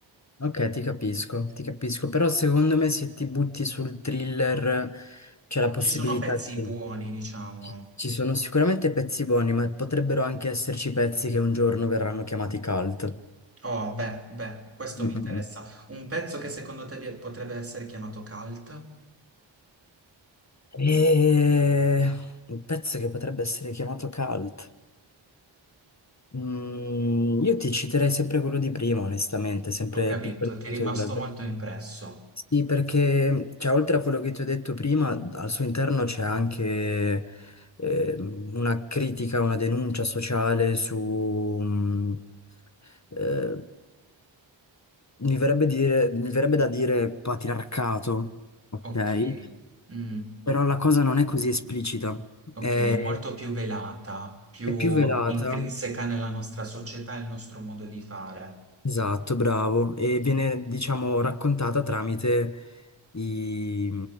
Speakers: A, on the left; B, on the right.
A: ok, ti capisco, ti capisco, però secondo me se ti butti sul thriller c'è la possibilità
B: Ci sono pezzi
A: che
B: buoni, diciamo.
A: ci ci sono sicuramente pezzi buoni, ma potrebbero anche esserci pezzi che un giorno verranno chiamati cult.
B: Oh, beh, beh, questo
A: Mm,
B: mi
A: mm,
B: interessa.
A: mm.
B: Un pezzo che secondo te vi- potrebbe essere chiamato cult?
A: E... Un pezzo che potrebbe essere chiamato cult. Mm, io ti citerei sempre quello di prima, onestamente, sempre
B: Ho capito,
A: piccole
B: ti
A: cose.
B: è rimasto
A: per-
B: molto impresso.
A: Sì, perché cioè, oltre a quello che ti ho detto prima, al suo interno c'è anche eh, una critica, una denuncia sociale su, mm, eh, mi verrebbe dire- mi verrebbe da dire patriarcato, ok?
B: Ok. Mm.
A: Però la cosa non è così esplicita,
B: Ok,
A: è,
B: è molto più velata, più
A: è più velata
B: intrinseca nella nostra società e il nostro modo di fare.
A: Esatto, bravo. E viene, diciamo, raccontata tramite i,